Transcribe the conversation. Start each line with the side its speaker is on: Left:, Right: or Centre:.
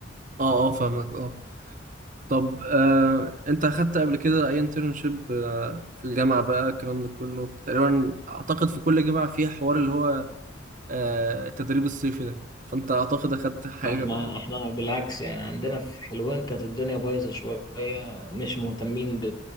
Right: اه اه فاهمك اه طب آه انت اخدت قبل كده اي انترنشيب آه في الجامعه بقى الكلام ده كله تقريبا اعتقد في كل جامعه فيها حوار اللي هو آه التدريب الصيفي ده فانت اعتقد اخدت حاجه
Left: احنا احنا بالعكس يعني عندنا في حلوان كانت الدنيا بايظه شويه مش مهتمين ب...